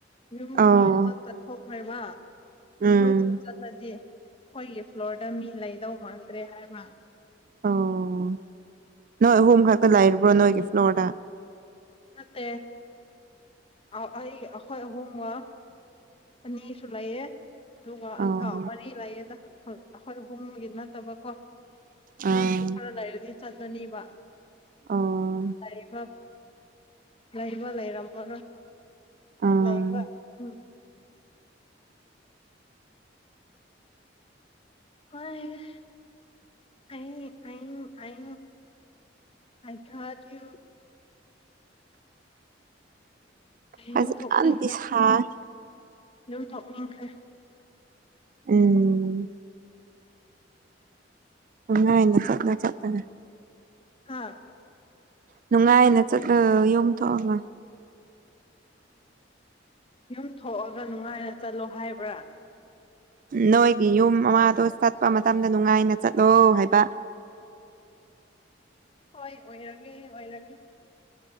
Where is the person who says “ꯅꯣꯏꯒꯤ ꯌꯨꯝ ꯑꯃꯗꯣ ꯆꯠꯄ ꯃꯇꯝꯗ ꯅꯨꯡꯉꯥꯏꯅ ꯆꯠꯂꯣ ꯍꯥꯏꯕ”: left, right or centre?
Right